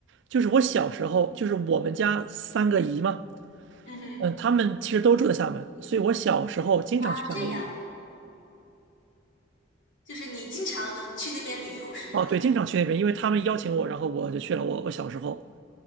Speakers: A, on the right; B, on the left.
A: 就是我小时候，就是我们家三个姨嘛，
B: 嗯哼，
A: 嗯，他们其实都住在厦门，所以我小时候经常去厦门旅游。
B: 啊，这样，就是你经常去那边旅游是吗？
A: 哦，对，经常去那边，因为他们邀请我，然后我就去了。我我小时候